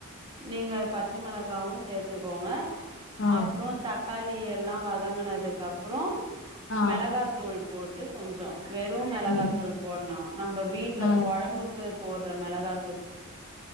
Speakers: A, on the right (about 25°); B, on the left (about 70°).
A: நீங்க பச்ச மெளகாவு சேத்துக்கோங்க
B: ஆ
A: அப்றோ தக் காளி எல்லா வதங்கனதுக்கு அப்பறோ
B: ஆ
A: மெளகாத்தூள் போட்டு கொஞ்சோ வெறு மெளகாத்தூள்
B: ம்
A: போட்னு நம்ப வீட்ல
B: ஆ
A: கொழம்புக்கு போட்ற மெளகா